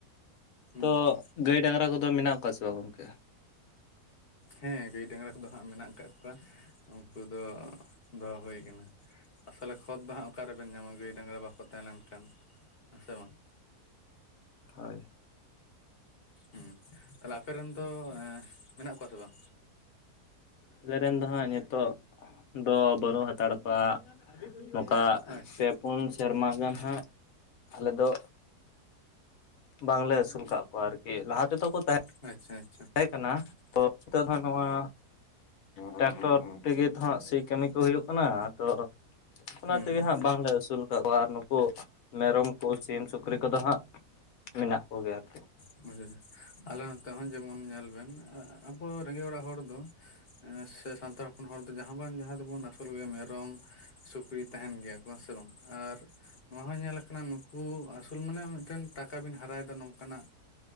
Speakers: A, on the left; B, on the left.
A: ᱦᱩᱸ
B: ᱛᱚ ᱜᱟᱹᱭ ᱰᱟᱸᱝᱨᱟ ᱠᱚᱫᱚ ᱢᱮᱱᱟᱜ ᱠᱚᱣᱟ ᱥᱮ ᱵᱟᱝ ᱜᱚᱝᱠᱮ?
A: ᱦᱮᱸ ᱜᱟᱹᱭ ᱰᱟᱸᱝᱨᱟ ᱠᱚᱫᱚ ᱦᱟᱸᱜ ᱢᱮᱱᱟᱜ ᱠᱟᱜ ᱠᱚᱣᱟ ᱩᱱᱠᱩ ᱫᱚ ᱫᱚᱦᱚ ᱦᱩᱭ ᱠᱟᱱᱟ᱾ ᱟᱥᱚᱞᱮ ᱠᱷᱚᱛ ᱫᱚ ᱦᱟᱸᱜ ᱚᱠᱟᱨᱮᱵᱮᱱ ᱧᱟᱢᱟ ᱜᱟᱹᱭ ᱰᱟᱸᱝᱨᱟ ᱵᱟᱠᱚ ᱛᱟᱦᱮᱸ ᱞᱮᱱᱠᱷᱟᱱ ᱦᱮᱸ ᱥᱮ ᱵᱟᱝ?
B: ᱛᱟᱭ,
A: ᱦᱮᱸ ᱛᱟᱦᱞᱮ ᱟᱯᱮᱨᱮᱱ ᱫᱚ ᱢᱮᱱᱟᱜ ᱠᱚᱣᱟ ᱥᱮ ᱵᱟᱝ?
B: ᱟᱞᱮ ᱨᱮᱱ ᱫᱚ ᱦᱟᱸᱜ ᱱᱤᱛᱚᱜ ᱫᱚ ᱵᱟᱹᱱᱩᱜ ᱦᱟᱛᱟᱲ ᱠᱚᱣᱟ ᱱᱚᱝᱠᱟ
A: ᱟᱪᱪᱷᱟ
B: ᱯᱮ ᱯᱩᱱ ᱥᱮᱨᱢᱟ ᱜᱟᱱ ᱦᱟᱸᱜ ᱟᱞᱮ ᱫᱚ, ᱵᱟᱝᱞᱮ ᱟᱹᱥᱩᱞ ᱠᱟᱫ ᱠᱚᱣᱟ ᱟᱨᱠᱤ ᱞᱟᱦᱟ ᱛᱮᱫᱚ ᱠᱚ ᱛᱟᱦᱮᱸ
A: ᱟᱪᱪᱷᱟ ᱟᱪᱷ,
B: ᱛᱟᱦᱮᱸ ᱠᱟᱱᱟ ᱛᱚ ᱱᱤᱛᱚᱜ ᱫᱚ ᱦᱟᱸᱜ ᱱᱚᱣᱟ ᱴᱨᱟᱠᱴᱚᱨ ᱛᱮᱜᱮ ᱦᱟᱸᱜ ᱥᱤ ᱠᱟᱹᱢᱤ ᱠᱚ ᱦᱩᱭᱩᱜ ᱠᱟᱱᱟ ᱛᱚ ᱚᱱᱟ
A: ᱦᱩᱸ
B: ᱛᱮᱜᱮ
A: ᱦᱩᱸ
B: ᱦᱟᱸᱜ ᱵᱟᱝᱞᱮ ᱟᱹᱥᱩᱞ ᱠᱟᱫ ᱠᱚᱣᱟ ᱟᱨ ᱱᱩᱠᱩ ᱢᱮᱨᱚᱢ ᱠᱚ ᱥᱤᱢ ᱥᱩᱠᱨᱤ ᱠᱚᱫᱚ ᱦᱟᱸᱜ ᱢᱮᱱᱟᱜ ᱠᱚᱜᱮᱭᱟ ᱟᱨᱠᱤ᱾
A: ᱵᱩ <inaudible> ᱟᱞᱮ ᱱᱚᱛᱮ ᱦᱚᱸ ᱡᱮᱢᱚᱱ ᱧᱮᱞ ᱵᱮᱱ ᱟᱵᱚ ᱨᱮᱸᱜᱮᱡ ᱚᱲᱟᱜ ᱦᱚᱲ ᱫᱚ, ᱥᱮ ᱥᱟᱱᱛᱟᱲ ᱦᱚᱯᱚᱱ ᱦᱚᱲ ᱫᱚ ᱡᱟᱦᱟᱸ ᱵᱟᱝ ᱡᱟᱦᱟᱸ ᱫᱚᱵᱚᱱ ᱟᱥᱩᱞ ᱜᱮᱭᱟ ᱢᱮᱨᱚᱢ, ᱥᱩᱠᱨᱤ ᱛᱟᱦᱮᱱ ᱜᱮᱭᱟ ᱠᱚ ᱦᱮᱸ ᱥᱮ ᱵᱟᱝ ᱟᱨ ᱱᱚᱶᱟ ᱦᱚᱸ ᱧᱮᱞᱟ ᱠᱟᱱᱟ ᱱᱩᱠᱩ, ᱟᱥᱩᱞ ᱢᱟᱱᱮ ᱢᱤᱫᱴᱟᱹᱝ ᱴᱟᱠᱟ ᱵᱤᱱ ᱦᱟᱨᱟᱭᱮᱫᱟ ᱱᱚᱝᱠᱟᱱᱟᱜ